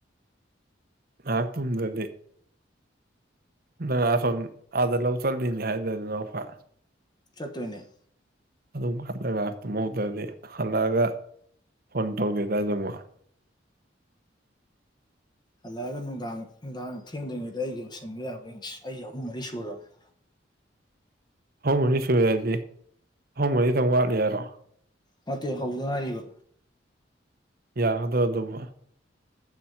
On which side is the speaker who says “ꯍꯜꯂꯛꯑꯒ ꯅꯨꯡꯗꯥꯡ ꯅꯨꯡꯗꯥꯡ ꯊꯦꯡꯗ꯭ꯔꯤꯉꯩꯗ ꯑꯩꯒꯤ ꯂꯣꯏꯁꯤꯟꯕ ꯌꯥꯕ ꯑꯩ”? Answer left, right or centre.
Left